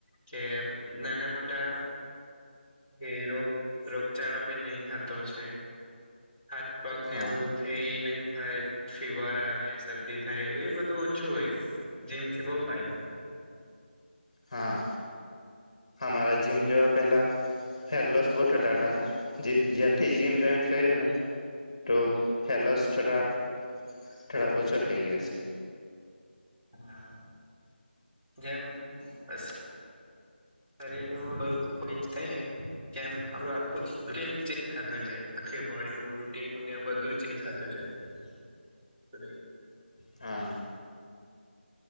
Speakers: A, on the right; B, on the left.
A: કે નાના મોટા કે રોગ રોગચાળો બી નહી થતો છે હાથ પગ
B: હા
A: ને એવું દુખ છે એ નહી થાય ફીવર આવે શરદી થાય એ બધું ઓછું હોય એમ જીમથી બહુ ફાયદા
B: હા હા મારા જીમ જેવા પહેલાં હેરલોસ બઉ થતા હતા જે જ્યારથી જીમ જોઈન કર્યું ને તો હેર લોસ થતાં થોડા ઓછા થઈ ગયા છે.
A: હા જેમ અ શરીરનું લોહી ઉપ નીચ થઈ ને કેમ આપડું આખું રૂટીન ચેન્જ થતું જાય આખી બોડી નું રૂટીનને બધું ચેન્જ થતું જાય.
B: <inaudible>
A: અરે
B: હા.